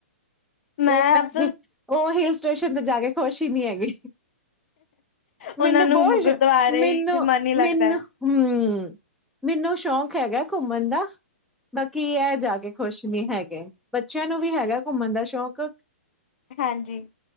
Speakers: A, on the left; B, in the centre.
A: ਮੈਂ
B: ਓ
A: ਆਪ
B: ਐ ਵੀ ਓ ਹਿਲ ਸਟੇਸ਼ਨ ਤੇ ਜਾ ਕੇ ਖੁਸ਼ ਈ ਨੀ ਹੈਗੇ। ਮੇਨੂੰ
A: ਉਹਨਾਂ ਨੂੰ
B: ਬੋਸ਼
A: ਗੁਰਦੁਆਰੇ
B: ਮੇਨੂੰ,
A: ਦੀ ਮਨ ਹੀ
B: ਮੇਨੂੰ
A: ਲੱਗਦਾ ਹੈ
B: ਹੂੰ। ਮੈਨੂੰ ਸ਼ੌਕ ਹੈਗੈ ਘੁੰਮਣ ਦਾ ਬਾਕੀ ਐ ਜਾ ਕੇ ਖੁਸ਼ ਨੀ ਹੈਗੇ। ਬੱਚੇਆਂ ਨੂੰ ਵੀ ਹੈਗੈ ਘੁੰਮਣ ਦਾ ਸ਼ੌਂਕ
A: ਹਾਂਜੀ।